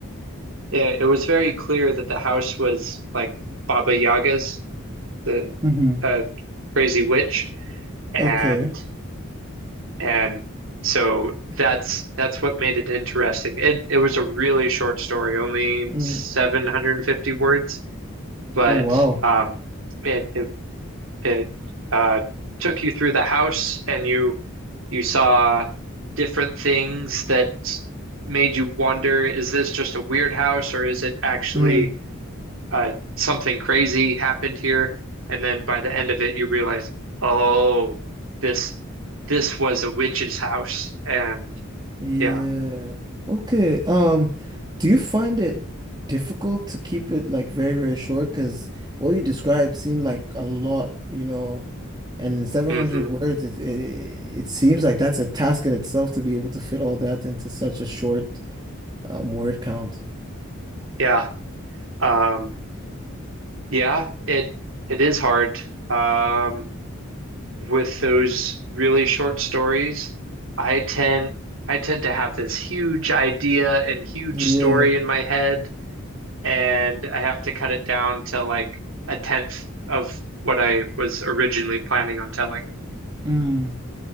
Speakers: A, on the right (about 70°); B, on the right (about 20°).
A: it, it was very clear that the house was like Baba Yaga's, the
B: mm-hmm.
A: uh, crazy witch, and
B: Okay.
A: and so that's that's what made it interesting. It it was a really short story, only
B: Mm.
A: 750 words, but
B: Oh wow.
A: um, it, it It uh, took you through the house, and you you saw different things that made you wonder, is this just a weird house, or is it actually
B: Mm.
A: uh, something crazy happened here? And then by the end of it, you realize, oh, this this was a witch's house, and
B: Yeah.
A: yeah,
B: Okay. Um, do you find it difficult to keep it like very, very short? Because what you described seemed like a lot, you know, and in 700
A: hmm
B: words, it, it it seems like that's a task in itself to be able to fit all that into such a short um, word count.
A: yeah, um, yeah, it it is hard. Um, with those really short stories, I tend I tend to have this huge idea and huge
B: Yeah.
A: story in my head, and I have to cut it down to like a tenth of what I was originally planning on telling.
B: Mm.